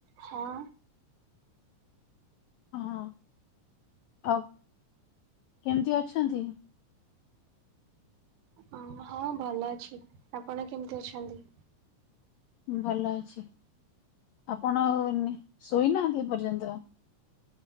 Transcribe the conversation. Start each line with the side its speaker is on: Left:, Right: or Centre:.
Right: ହଁ।
Left: ହଁ ଆଉ କେମିତି ଅଛନ୍ତି?
Right: ଓ ହଁ ଭଲ ଅଛି ଆପଣ କେମିତି ଅଛନ୍ତି?
Left: ଭଲ ଅଛି ଆପଣ ଶୋଇନାହାଁନ୍ତି ଏ ପର୍ଯ୍ୟନ୍ତ?